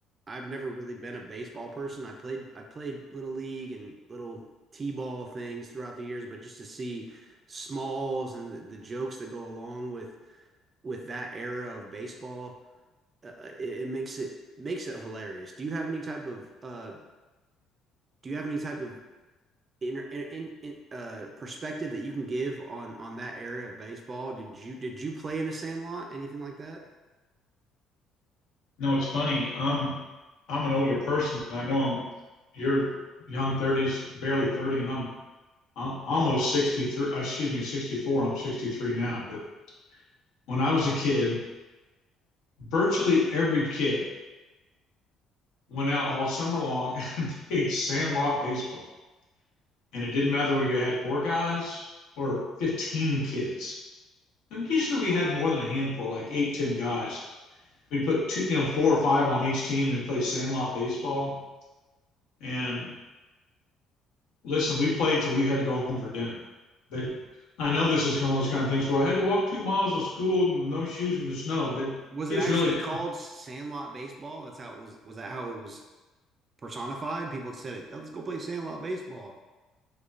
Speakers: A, on the right; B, on the left.
A: I've never really been a baseball person. I played I played little league and little t-ball things throughout the years, but just to see smalls and the, the jokes that go along with with that era of baseball, uh, it, it makes it makes it hilarious. Do you have any type of uh do you have any type of in, in, in, uh, perspective that you can give on on that area of baseball? Did you did you play in a sandlot? Anything like that?
B: No, it's funny. Um, I'm an older person. I know I'm you're young 30s, barely 30, and I'm I'm almost 63, uh, excuse me, 64. I'm 63 now. But when I was a kid, virtually every kid went out all summer long and <laughs> played Sandlot baseball. and it didn't matter whether you had four guys or 15 kids. And usually we had more than a handful, like eight, ten guys. We'd put two, you know, four or five on each team and play sandlot baseball. And listen, we played till we had to go home for dinner. But I know this is kind of one of those kind of things where I had to walk two miles to school with no shoes in the snow, but
A: Was
B: kids
A: it actually
B: really did.
A: called sandlot baseball? That's how it was. Was that how it was personified? People said it. Oh, Let's go play sandlot baseball.